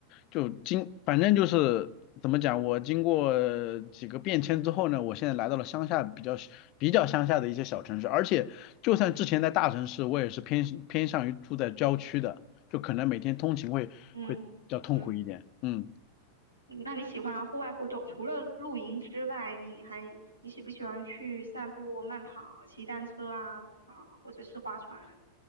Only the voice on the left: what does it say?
就经反正就是怎么讲，我经过几个变迁之后呢，我现在来到了乡下比较比较乡下的一些小城市，而且就算之前在大城市，我也是偏偏向于住在郊区的，就可能每天通勤会会比较痛苦一点。
嗯。